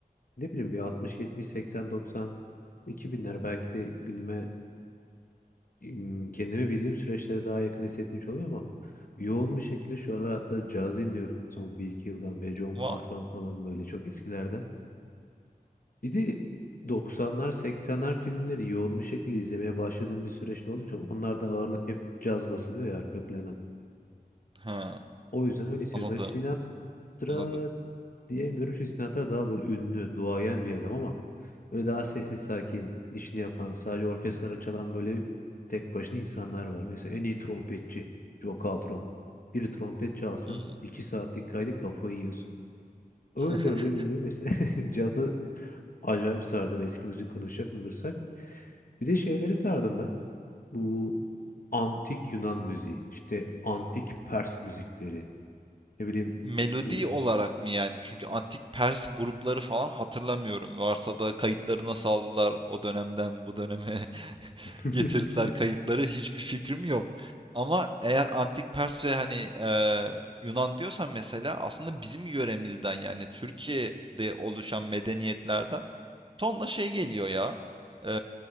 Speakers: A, on the left; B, on the right.
A: ne bileyim bir 60, 70, 80, 90, 2000'ler belki de günüme im- kendimi bildiğim süreçlere daha yakın hissettiğim şey oluyor ama yoğun bir şekilde şu aralar hatta caz dinliyorum son bir iki yıldan beri John
B: Vay.
A: Coltrane falan böyle çok eskilerden. Bir de 90'lar 80'ler filmleri yoğun bir şekilde izlemeye başladığım bir süreçte olduğum için onlarda ağırlık hep caz basılıyor ya arka plana.
B: Ha,
A: O yüzden öyle hissediyorum.
B: anladım.
A: Yani Sinatra
B: Anladım.
A: diyemiyorum çünkü Sinatra daha böyle ünlü, duayen bir adam ama böyle daha sessiz sakin, işini yapan, sadece orkestrayla çalan böyle tek başına insanlar var. Mesela en iyi trompetçi Joe Caltron. Bir trompet çalsın,
B: Hmm.
A: iki saatlik kaydı kafayı yiyorsun. Öyle
B: <laughs>
A: öyle öyle öyle. mesela <laughs> cazı acayip sardım eski müzik konuşacak olursak. Bir de şeyleri sardım ben. Bu antik Yunan müziği, işte antik Pers müzikleri, ne bileyim
B: Melodi
A: bu
B: olarak mı yani? Çünkü antik Pers grupları falan hatırlamıyorum. Varsa da kayıtları nasıl aldılar o dönemden bu döneme <laughs>
A: <laughs>
B: getirdiler kayıtları hiçbir fikrim yok. Ama eğer antik Pers ve hani e, Yunan diyorsan mesela aslında bizim yöremizden yani Türkiye'de oluşan medeniyetlerden tonla şey geliyor ya. E,